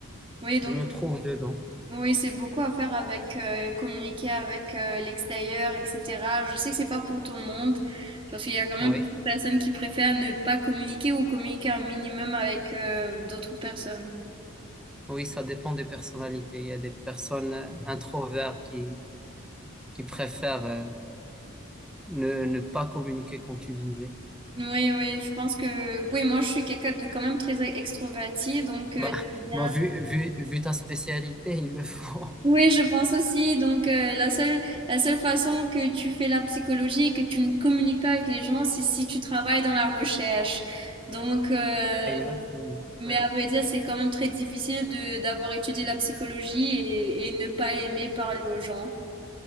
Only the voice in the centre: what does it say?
Je
me trouve Oui. dedans.
Oui,
oui, ça dépend des personnalités. Il y a des personnes euh, introvertes qui, qui préfèrent euh, ne, ne pas communiquer, comme tu disais.
Bah, <laughs>
bah vu, vu, vu ta spécialité, il le faut.
<laughs> Exactement.
Ouais.